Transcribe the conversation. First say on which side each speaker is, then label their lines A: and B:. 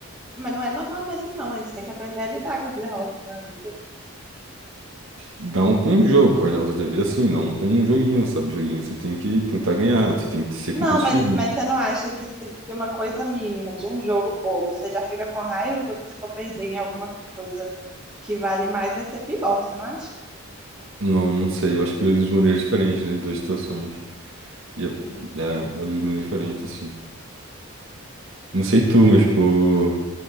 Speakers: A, on the right; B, on the right.
A: mas não é normal mesmo, não. A gente tem que aprender a lidar com as derrotas na vida.
B: não com um jogo, com as derrotas da vida assim, não com um joguinho, sabe? Joguinho você tem que tentar ganhar, você tem que ser
A: Não,
B: competitivo.
A: mas, mas você não acha que se, se uma coisa mínima de um jogo bobo, você já fica com raiva quando você for perder em alguma coisa que vale mais, vai ser pior, você não acha?
B: Não, não sei, eu acho que eu lido de maneiras diferentes nas duas situações. E é, é,
A: Hum.
B: eu lido de maneira diferente, assim. Não sei tu, mas, tipo,